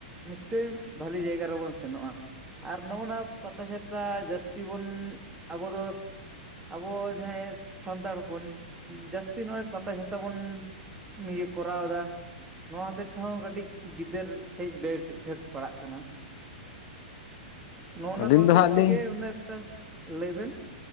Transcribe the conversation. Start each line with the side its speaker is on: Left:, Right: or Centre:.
Right: ᱱᱤᱥᱪᱳᱚᱭ ᱵᱷᱟᱹᱞᱤ ᱡᱟᱭᱜᱟ ᱨᱮᱵᱚᱱ ᱥᱮᱱᱚᱜᱼᱟ᱾ ᱟᱨ ᱱᱚᱜᱼᱚ ᱱᱟ ᱯᱟᱛᱟ ᱪᱷᱟᱛᱟ ᱡᱟᱹᱥᱛᱤ ᱵᱚᱱ ᱟᱵᱚ ᱫᱚ ᱟᱵᱚ ᱡᱟᱦᱟᱸᱭ ᱥᱟᱱᱛᱟᱲ ᱦᱚᱯᱚᱱ ᱡᱟᱹᱥᱛᱤ ᱱᱚᱜᱼᱚᱭ ᱯᱟᱛᱟ ᱪᱷᱟᱛᱟ ᱵᱚᱱ ᱤᱭᱟᱹ ᱠᱚᱨᱟᱣᱮᱫᱟ ᱱᱚᱣᱟ ᱦᱚᱛᱮᱫ ᱠᱟᱹᱴᱤᱡ ᱜᱤᱫᱟᱹᱨ ᱴᱷᱮᱡ ᱵᱮᱰ ᱤᱯᱷᱮᱠᱴ ᱯᱟᱲᱟᱜ ᱠᱟᱱᱟ᱾ ᱱᱚᱜᱼᱚ ᱱᱚᱣᱟ
Left: ᱟᱹᱞᱤᱧ
Right: ᱠᱚ ᱦᱚᱛᱮᱡ
Left: ᱫᱚ ᱦᱟᱸᱜ
Right: ᱛᱮᱜᱮ
Left: ᱞᱤᱧ
Right: ᱩᱱᱟᱹᱜ ᱮᱠᱴᱟ, ᱞᱟᱹᱭ ᱵᱮᱱ?